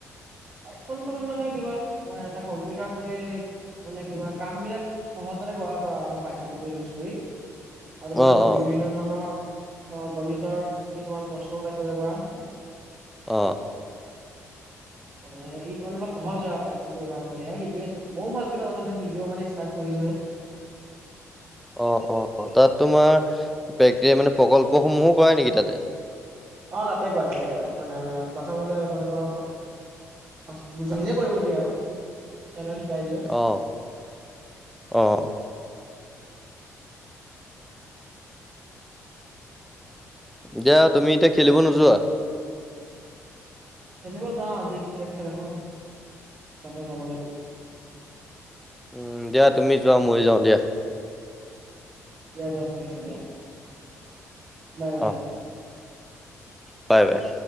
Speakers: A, on the right; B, in the centre.
A: পাইথন তুমি মানে কিবা এ, কম্পিউটাৰত তুমি মানে কিবা কামবিলাক সহজতে কৰাবপৰা পাইথনটো ইউজ কৰি। আৰু তুমি
B: অ',
A: ধৰা
B: অ',
A: বিভিন্ন ধৰণৰ আ, গণিতৰ কিছুমান প্ৰশ্ন এটা কৰিব পাৰা।
B: অ'।
A: মানে ই মানে অল সহজ হয় আৰু পাইথনটো ব্যৱহাৰ কৰিলে হে শিকি আছো, ময়ো ভালকে নাজানো এতিয়া শিকিব মানে চেষ্টা কৰিছোহে।
B: অ', অ' তাত তোমাৰ প্ৰেক্তেৰিয়া মানে প্ৰকল্পসমূহো কৰাই নেকি তাতে?
A: অ' তাতে কৰাই তাতে কৰাই মানে প্ৰথমতে মানে তোমাৰ ফাষ্ট নিজে কৰিব দিয়ে আৰু। তেওঁলোকে শিকাই দিয়ে।
B: অ', অ'। এতিয়া তুমি এতিয়া খেলিব নোযোৱা?
A: খেলিব যাওঁ, আজি ক্ৰিকেট খেল এখন আছে তাতে যাব লাগিব।
B: উম, দিয়া তুমি যোৱা, ময়ো যাওঁ দিয়া।
A: দিয়া দিয়া ঠিক আছে দিয়া। বাই bye.
B: অ বাই Bye.